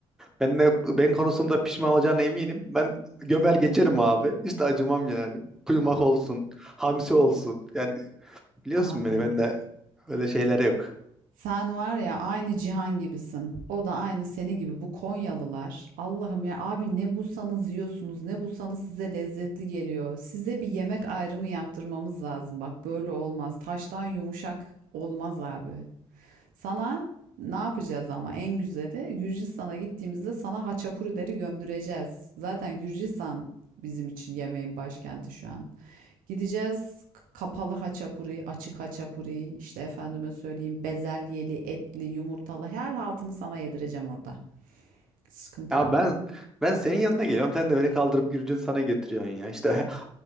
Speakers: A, in the centre; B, on the right (about 65°).
A: ben de ben konusunda pişman olacağına eminim. Ben gömer geçerim abi. Hiç de acımam yani. Kuyumak
B: Abi,
A: olsun, hamsi olsun. Yani biliyorsun
B: abi
A: beni ben de öyle şeyler yok.
B: sen var ya aynı Cihan gibisin. O da aynı senin gibi. Bu Konyalılar. Allah'ım ya abi ne bulsanız yiyorsunuz, ne bulsanız size lezzetli geliyor. Size bir yemek ayrımı yaptırmamız lazım. Bak böyle olmaz. Taştan yumuşak olmaz abi. Sana ne yapacağız ama en güzeli Gürcistan'a gittiğimizde sana haçapurileri gömdüreceğiz. Zaten Gürcistan bizim için yemeğin başkenti şu an. Gideceğiz kapalı haçapuri, açık haçapuri, işte efendime söyleyeyim bezelyeli, etli, yumurtalı her haltını sana yedireceğim orada. Sıkıntı
A: Ya
B: yok.
A: ben ben senin yanına geliyorum. Sen de beni kaldırıp Gürcün sana getiriyorsun ya. İşte